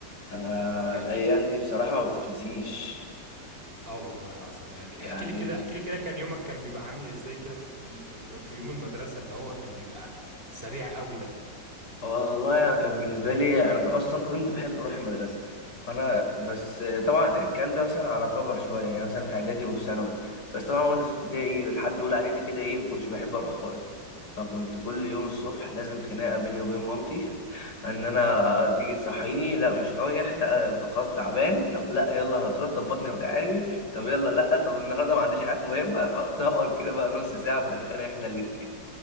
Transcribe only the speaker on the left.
أنا
الأيام دي بصراحة ما بتتنسيش
يعني
والله انا كان بالنسبه لي انا اصلا كنت بحب اروح المدرسه فانا بس
طبعا الكلام ده مثلا على كبر شويه يعني مثلا في اعدادي وفي ثانوي بس طبعا وانا في ابتدائي لحد اولى اعدادي كده ايه ما كنتش بحب اروح خالص فكنت كل يوم الصبح لازم خناقه بيني وبين مامتي <laughs> ان انا
تيجي تصحيني لا مش رايح لا أنا خلاص تعبان طب لا يلا هتروح طب بطني وجعاني طب يلا لا طب النهارده ما عنديش حاجات مهمه فنقعد كده بقى نص ساعه بنتخانق احنا الاثنين